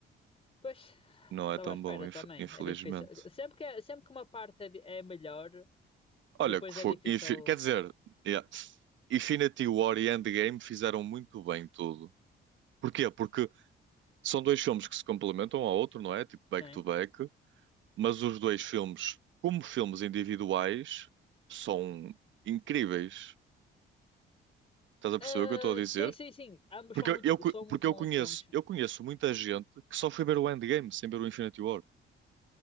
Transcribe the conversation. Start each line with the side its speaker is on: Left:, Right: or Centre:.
Left: Pois,
Right: Não
Left: estava
Right: é tão
Left: à espera
Right: bom, inf-
Left: também.
Right: infelizmente.
Left: É difícil. Sempre que, é- sempre que uma parte é, di- é melhor,
Right: Olha,
Left: depois
Right: que foi,
Left: é difícil.
Right: infi- quer dizer, yeah, Infinity War e Endgame fizeram muito bem tudo. Porquê? Porque são dois filmes que se complementam um ao outro, não é? Tipo back
Left: Sim.
Right: to back, mas os dois filmes, como filmes individuais, são incríveis. Estás a
Left: Ah,
Right: perceber o que eu estou a dizer?
Left: sim, sim, sim. Ambos
Right: Porque
Left: são muito,
Right: eu, eu co-
Left: são muito
Right: porque
Left: bons
Right: eu conheço,
Left: filmes. sim.
Right: eu conheço muita gente que só foi ver o Endgame sem ver o Infinity War.